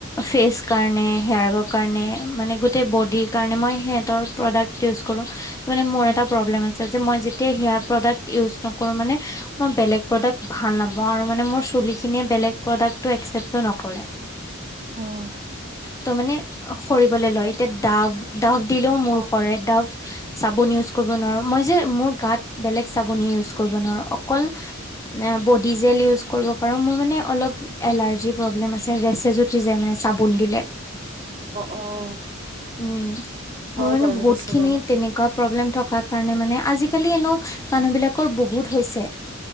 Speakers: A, on the left; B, on the right.
A: ফেচ কাৰণে হেয়াৰৰ কাৰণে, মানে গোটেই বদিৰ কাৰণে। মই সিহঁতৰ প্ৰদাক্ত ইউচ্ কৰো। মানে মোৰ
B: উম,
A: এটা প্ৰব্লেম আছে যে মই যেতিয়া সেয়া প্ৰডাক্ট ইউজ নকৰোঁ মানে, মই বেলেগ প্ৰডাক্ট ভাল নাপাওঁ। মানে মোৰ ছুলীখিনীয়ে বেলেগ প্ৰডাক্ট্ এক্সেপে নকৰে।
B: উম।
A: ত মানে সৰিবলৈ লয় এতিয়া ডাভ ডাভ দিলেও
B: অ', অ',
A: মূৰ
B: অ',
A: সৰে ডাভ। চাবোন ইউচ কৰিব নোৱাৰো মোৰ যে মোৰ গাত বেলেগ চাবোন ইউজ। কৰিব নোৱাৰো অকল অ ডেট। <unintelligible> মোৰ মানে অলপ এলাৰ্জী প্ৰব্লেম আছে <unintelligible> চাবোন দিলে
B: অ',
A: উম মোৰ
B: হয়
A: মানে
B: বাৰু
A: বহুত
B: কিছুমানত
A: খিনি তেনেকুৱা। প্ৰব্লেম থকাৰ কাৰণে মানে আজিকালি এনেও মানুহবিলাকৰ বহুত হৈছে।